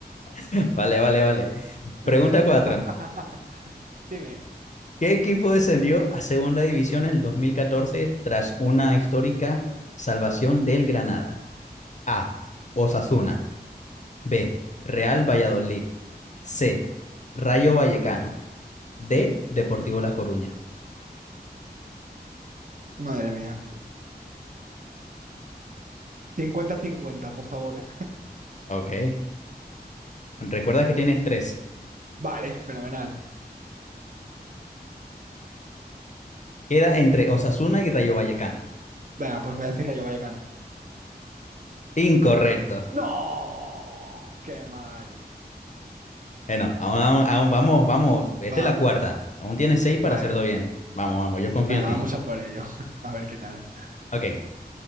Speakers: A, on the left (about 45°); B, on the right (about 55°).
A: <laughs> Vale, vale, vale. Pregunta
B: <laughs>
A: 4.
B: Dime.
A: ¿Qué equipo descendió a segunda división en el 2014 tras una histórica salvación del Granada? A. Osasuna. B. Real Valladolid. C. Rayo Vallecano. D. Deportivo La Coruña.
B: Madre mía. Cincuenta-cincuenta, por favor.
A: Ok. Recuerda que tienes tres.
B: Vale, fenomenal.
A: Queda entre Osasuna y Rayo Vallecano.
B: Venga, pues voy a decir Rayo Vallecano.
A: Incorrecto.
B: ¡No! ¡Qué mal!
A: Bueno, aún,
B: Pensaba
A: aún, aún
B: que...
A: vamos, vamos. Esta
B: Va,
A: es la cuarta. Aún tienes seis para
B: bueno.
A: hacerlo bien. Vamos, vamos, yo confío
B: Venga,
A: en ti.
B: vamos a por ello. <laughs> A ver qué tal.
A: Ok.